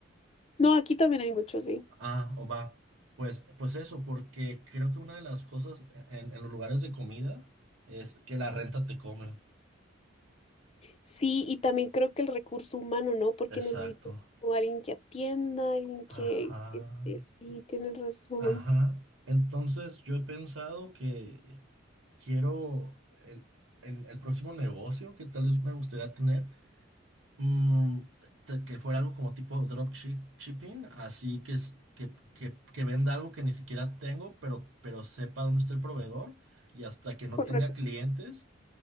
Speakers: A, on the left; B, on the right.
A: No, aquí también hay mucho, sí.
B: Ah, o va. Pues, pues eso, porque creo que una de las cosas en, en los lugares de comida es que la renta te come.
A: Sí, y también creo que el recurso humano, ¿no? Porque
B: Exacto.
A: necesito como alguien que atienda, alguien que,
B: Ajá.
A: que esté- sí, tienes razón.
B: Ajá. Entonces yo he pensado que quiero el, el el próximo negocio que tal vez me gustaría tener Mm, te- que fuera algo como tipo dropship- shipping, así que, es- que, que, que venda algo que ni siquiera tengo, pero, pero sepa dónde está el proveedor y hasta que no
A: Correcto.
B: tenga clientes,